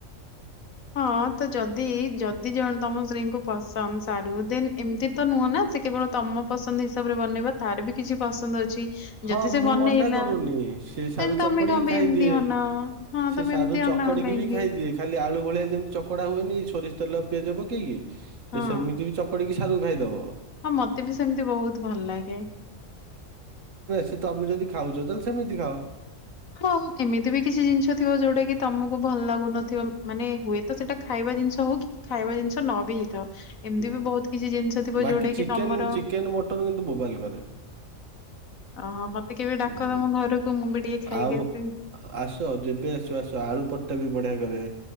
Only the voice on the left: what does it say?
ହଁ ତ ଯଦି ଯଦି ଜଣେ ତମ ସ୍ତ୍ରୀଙ୍କୁ ପସନ୍ଦ ସାରୁ ଦେନ୍ ଏମିତି ତ ନୁହଁ ନା ସେ କେବଳ ତମ ପସନ୍ଦ ହିସାବରେ ବନେଇବ ତାର ବି କିଛି ପସନ୍ଦ ଅଛି।
ଯଦି ସେ
ବନେଇଲା
ଦେନ୍ ତମେ
କଣ ପାଇଁ
ଏମିତି ଅନାଅ ହଁ
ତମେ
ଏମିତି
ଅନାଅ କାହିଁକି
ହଁ
ହଁ ମତେ ବି ସେମିତି ବହୁତ ଭଲ ଲାଗେ।
ହଁ ଏମିତି ବି କିଛି ଜିନିଷ ଥିବ ଯୋଉଟା କି ତମକୁ ଭଲ ଲାଗୁନଥିବ ମାନେ ହୁଏ ତ ସେଇଟା ଖାଇବା ଜିନିଷ ହଉ କି ଖାଇବା ଜିନିଷ ନ ବି ହେଇ ଥାଉ, ଏମିତି
ବି ବହୁତ କିଛି ଜିନିଷ ଥିବ
ଯୋଉଟା
କି ତମର
ଓହୋ ମତେ କେବେ ଡାକ
ତମ ଘରକୁ ମୁଁ ବି ଟିକେ ଖାଇକି
ଆସିବି